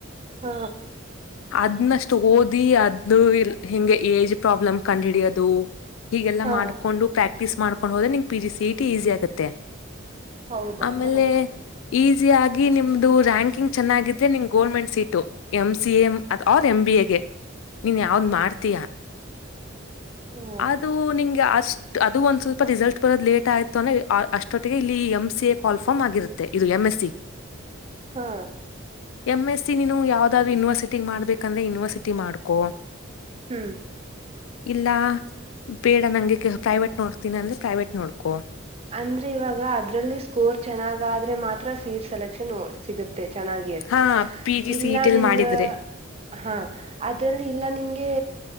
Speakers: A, on the right; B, on the left.
A: ಹಾ.
B: ಅದ್ನಷ್ಟು ಓದಿ ಅದ್ ಇಲ್ ಹಿಂಗೆ ಏಜ್ ಪ್ರಾಬ್ಲಮ್ ಕಂಡ್ ಹಿಡಿಯಾದು. ಹೀಗೆಲ್ಲಾ
A: ಹಾ
B: ಮಾಡ್ಕೊಂಡು ಪ್ರಾಕ್ಟೀಸ್ ಮಾಡ್ಕೊಂಡ್ ಹೋದ್ರೆ ನಿಂಗ್ P G C E T easy ಆಗುತ್ತೆ.
A: ಹೌದಾ
B: ಆಮೇಲೆ.
A: ಹಾ
B: ಈಸ್ಯ್ ಯಾಗಿ ನಿಮ್ದು ರಾಂಕಿಂಗ್ ಚೆನ್ನಾಗಿದ್ರೆ ನಿಮ್ಗ್ government seat. M C A ಅ ಅವ್ರ ಎ್ ಬಿ ಎಗೆ ನೀನ್ ಯಾವ್ದ್ ಮಾಡ್ತೀಯಾ.
A: ಹಾ
B: ಅದು ನಿಂಗೆ ಅಷ್ಟ್ ಅದು ಒಂದ್ ಸ್ವಲ್ಪ ರಿಸಲ್ಟ್. ಪುರದ್ ಲೇಟ್ ಆಯ್ತು ಅಂದೆ ಅಷ್ಟೊಟ್ಟಿಗೆ ಇಲ್ಲಿ ಎಂ ಸಿ ಎ ಕಾಲ್ಫಾರ್ಮ್ ಆಗಿರುತ್ತೆ ಇದು ಎಂ ಎಸ್ ಸಿ.
A: ಹಾ.
B: ಎಮ್ ಎಸ್ ಸಿ ನೀನು ಯಾವ್ದಾದ್ರು ಯೂನಿವರ್ಸಿಟಿ ಮಾಡ್ಬೇಕಂದ್ರೆ ಯುನಿವರ್ ಸಿಟಿ ಮಾಡ್ಕೊ.
A: ಹ್ಮ್.
B: ಇಲ್ಲ ಬೇಡ ನಂಗೆ ಸಾಟ್ ನೋಡ್ತೀನಿ ಅಂದ್ರ್ ನೋಡ್ತೀನಿ ಅಂದ್ರೆ ಪ್ರೈವೇಟ್ ನೋಡ್ಕೊ.
A: ಅಂದ್ರೆ ಇವಾಗ ಅದ್ರಲ್ಲಿ ಸ್ಕೋರ್ ಚೆನ್ನಾಗಾಆದ್ರೆ ಮಾತ್ರ ಸೀಟ್ ಸೆಲೆಕ್ಷನ್ ಸಿಗುತ್ತೆ. ಚೆನ್ನಾಗಿ
B: ಹಾ ಪಿ ಜಿ
A: ಇಲ್ಲ
B: ಸಿ ಟಿಲ್
A: ನಿನ್ಗ
B: ಮಾಡಿದ್ರೆ
A: ಗ. ಹಾ ಅದ್ರಲ್ಲಿ ಇಲ್ಲ ನಿಂಗೆ.